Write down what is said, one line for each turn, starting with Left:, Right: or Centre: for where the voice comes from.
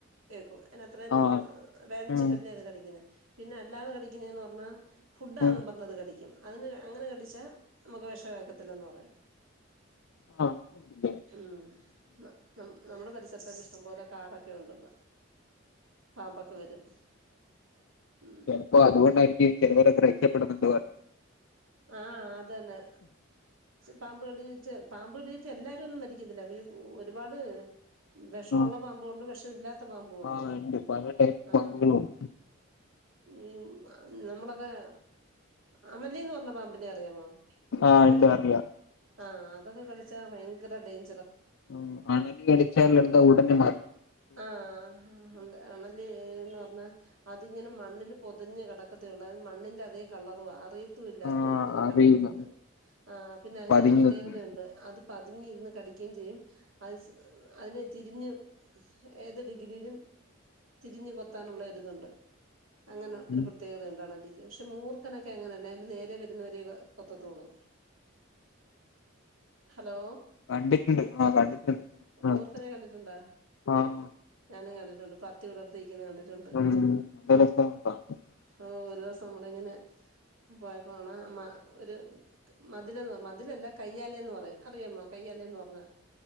Right: എക് വ അയിന് അത്രയും നൊന്
Left: ആഹ്
Right: വേദനിച്ചിട്ടില്ലേ
Left: ഉം
Right: അത് കടിക്കുന്ന പിന്നെ അല്ലാതെ കടിക്കുന്നതെന്ന് പറഞ്ഞാ ഫുഡആണെന്നും
Left: ഉം
Right: പറഞ്ഞത് കടിക്കുന്ന അതി അങ്ങനെ കടിച്ചാ നമുക്ക് വിഷംഎക്കത്തില്ലന്ന് പറയാം
Left: ആഹ് അങ്ങനെണ്ട്ല്ലേ
Right: ഉം ഉം നമ്മുടെ പരിസരത്തൊക്കെ ഇഷ്ടംപോലെ കാടൊക്കെ ഉണ്ട് പാമ്പൊക്കെ വരും ഉം
Left: ചിലപ്പോ അതുകൊണ്ടായിക്ക് ചിലവരൊക്കെ രക്ഷപെട്ടുന്നുണ്ട് പറ
Right: ആ അതന്നെ പാമ്പ് കടിച്ച് പാമ്പ് കിടിട്ട് എല്ലാരും ഒന്നും മരിക്കുന്നില്ല ഒരുപാട് വെഷ
Left: ആഹ്
Right: ഒള്ള പാമ്പും ഉണ്ട് വെഷം ട്ടും ഇല്ലാ ത്തമോൻ പോവ്ണ്ട്
Left: ആഹ് ഉണ്ട് പല ടൈപ്പ്
Right: ആ
Left: പാമ്പുകളും
Right: ഈ അ നമ്മളൊക്കെ അണലി എന്ന് പർ ന്ന പാമ്പിനെ അറിയാമോ
Left: ആഹ്
Right: കേട്ടിട്ടുണ്ടോ
Left: ഉണ്ട് അറിയാം
Right: ആ അതൊക്കെ കടിച്ചാ ഭയങ്കര ഡൈൻ
Left: ആ അണലി കടിച്ചാൽ എന്താ ഉടനെ മര
Right: ആ ഉണ്ട് അണലിയെ ഹ് ന്ന് പറഞ്ഞാ അതിങ്ങനെ മണ്ണില് പൊതഞ്ഞ് കിടക്കത്തേ ഒള്ളു മണ്ണിന്റെ അതേ കളറുവാ അറി ത്തു ഇല്ല
Left: ആഹ്
Right: അത് ഇങ്ങനെ
Left: അറിയില്ല
Right: കെടക്കുന്നത് ആ പിന്നെ അതിനൊരു
Left: പതുങ്ങി
Right: പ്രത്യേകതയുണ്ട്
Left: നിക്കുന്നെ
Right: അത് പതുങ്ങി ഇരുന്ന് കടിക്കെ ചെയ്യും അയ്സ് അതിനെ തിരിഞ്ഞ് ഏത് ഡിഗ്രിയിലും തിരിഞ്ഞു കൊത്താനുള്ളരു ഇത്ണ്ട് അങ്ങനെ
Left: ഉം
Right: ഒരു പ്രത്യേകത ഇണ്ട് അണലി പക്ഷെ മൂർഖനൊക്കെ അങ്ങനെ അല്ല അതിന്റെ നേരെ വരുന്നവരെ കൊത്തത്തോള്ളു ഹലോ
Left: കണ്ടിട്ടുണ്ട് ആഹ് കണ്ടിട്ടുണ്ട് ആഹ്
Right: മൂർഖനെ കണ്ടിട്ടുണ്ടോ
Left: ആഹ്
Right: ഞാനും കണ്ടിട്ടുണ്ട് പത്തി വിടർത്തി നിക്കിന്നെ കണ്ടിട്ടുണ്ട്
Left: ഉം നല്ല രസാണ് കാണാൻ
Right: ആ ഒരു ദിവസം നമ്മൾ ഇങ്ങനെ പോയപ്പ അണ മ ഒര് മതിലെന്ന് മതിലല്ല കയ്യാലേന്ന് പറയും അറിയാമോ കയ്യാലേന്ന് പർഞ്ഞാ